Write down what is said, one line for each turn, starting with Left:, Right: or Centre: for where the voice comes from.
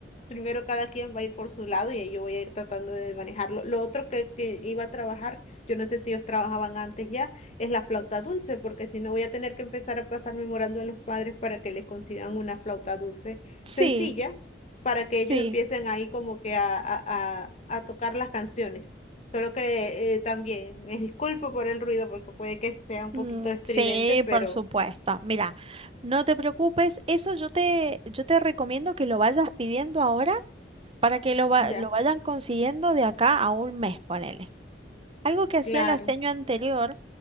Left: Primero cada quien va a ir por su lado y ahí yo voy a ir tratando de manejarlo. Lo otro que, que iba a trabajar, yo no sé si ellos trabajaban antes ya es la flauta dulce, porque si no voy a tener que empezar a pasar memorando a los padres para que les consigan una flauta dulce
Right: sí,
Left: sencilla, para que
Right: sí.
Left: ellos empiecen ahí como que a, a, a- a tocar las canciones. Solo que eh, también, me disculpo por el ruido porque puede que sea un
Right: Mm,
Left: poquito estridente,
Right: sí,
Left: pero
Right: por supuesto. Mira, no te preocupes, eso yo te, yo te recomiendo que lo vayas pidiendo ahora para que lo, va-
Left: ya,
Right: lo vayan consiguiendo de acá a un mes, ponele. Algo que hacía
Left: claro,
Right: el aseño anterior,